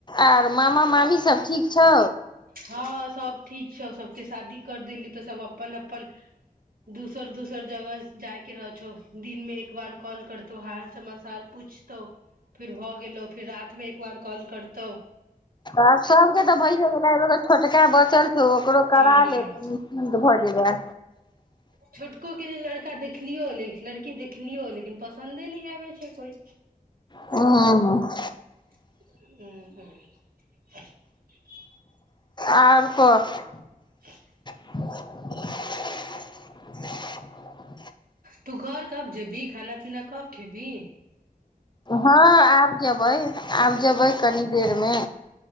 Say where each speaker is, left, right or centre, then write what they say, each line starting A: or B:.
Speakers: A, on the left (about 30°); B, on the right (about 75°).
A: आर मामा मामी सब ठीक छौ
B: हँ सब ठीक छौ सबके शादी कर देली तु सब अपन अपन दूसर दूसर जगह जायके रह छौ दिनमे एक बार कॉल करतौ हाल समाचार पूछतौ फिर भऽ गेलो फिर रात मे एक वार कॉल करतौ
A: आ सबके तऽ भइ छोटका ब चल ओकरो
B: हँ
A: करा ले किय
B: छोटको के जे लड़का देखलियो हन देख लड़की देखलियौ लेकिन पसन्दे नहि आबै छै कोइ
A: ह आ
B: उ
A: आओर कह <inaudible> <inaudible>
B: तू घर कब जेबी खाना पीना कब खेबी
A: हँ आब जबै आब जबै कनि देरमे